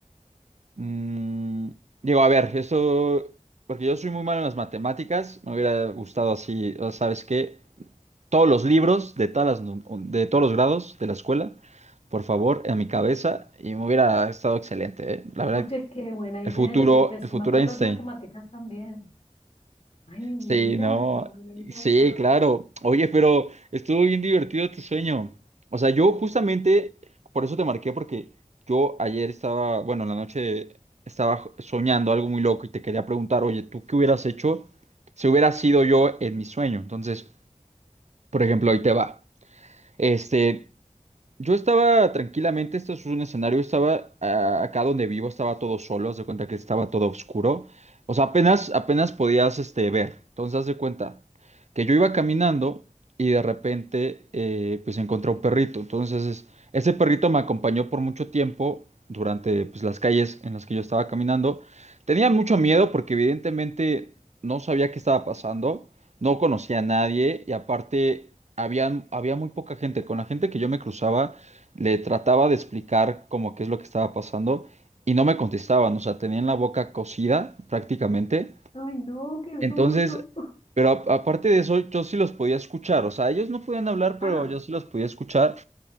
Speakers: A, on the right (about 60°); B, on the left (about 50°).
A: Mm, digo, a ver, eso, porque yo soy muy malo en las matemáticas, me hubiera gustado así, o ¿sabes qué? Todos los libros de todas las nu- de todos los grados de la escuela, por favor, en mi cabeza, y me hubiera estado excelente, ¿eh? La verdad,
B: Oye, qué buena idea.
A: el futuro,
B: Yo soy pésima
A: el futuro
B: para
A: Einstein.
B: las matemáticas también. Ay, mira,
A: Sí, no,
B: qué buena idea.
A: sí, claro. Oye, pero estuvo bien divertido tu sueño. O sea, yo justamente, por eso te marqué, porque yo ayer estaba, bueno, en la noche estaba jo- soñando algo muy loco y te quería preguntar, oye, ¿tú qué hubieras hecho si hubiera sido yo en mi sueño? Entonces, por ejemplo,
B: Ujú.
A: ahí te va. Este, yo estaba tranquilamente, esto es un escenario, estaba ah, acá donde vivo, estaba todo solo, haz de cuenta que estaba todo oscuro. O sea, apenas, apenas podías este, ver. Entonces, haz de cuenta que yo iba caminando y de repente eh, pues encontré un perrito. Entonces, es- ese perrito me acompañó por mucho tiempo durante pues, las calles en las que yo estaba caminando. Tenía mucho miedo porque evidentemente no sabía qué estaba pasando no conocía a nadie y aparte había, había muy poca gente. Con la gente que yo me cruzaba, le trataba de explicar como qué es lo que estaba pasando y no me contestaban, o sea, tenían la boca cocida prácticamente.
B: Ay, no, qué
A: Entonces,
B: susto. <laughs>
A: pero a- aparte de eso, yo sí los podía escuchar, o sea, ellos no podían hablar,
B: Ah,
A: pero yo sí los podía escuchar.